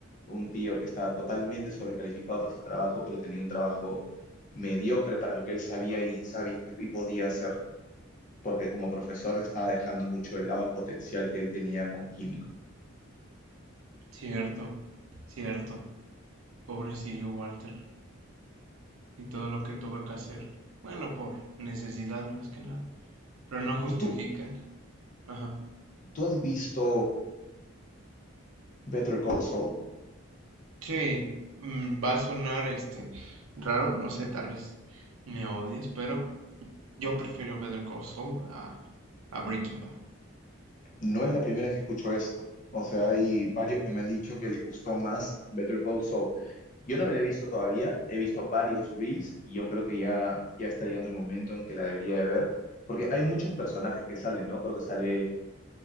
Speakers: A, on the left; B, on the right.
A: un tío que estaba totalmente sobrecalificado para su trabajo, pero tenía un trabajo mediocre para lo que él sabía y, sabía y podía hacer, porque como profesor estaba dejando mucho de lado el potencial que él tenía como químico.
B: Cierto, cierto. Pobrecillo Walter. Y todo lo que tuvo que hacer. Bueno, por necesidad más que nada. Pero no justifica.
A: ¿Y tú,
B: Ajá.
A: tú has visto Better Call Saul?
B: Sí, mm, va a sonar este raro, no sé, tal vez me odies, pero yo prefiero Better Call Saul a, a Breaking Bad.
A: No es la primera vez que escucho esto. O sea, hay varios que me han dicho que les gustó más Better Call Saul Yo no me la he visto todavía, he visto varios reels y yo creo que ya, ya está llegando el momento en que la debería de ver, porque hay muchos personajes que salen, ¿no? Creo que sale,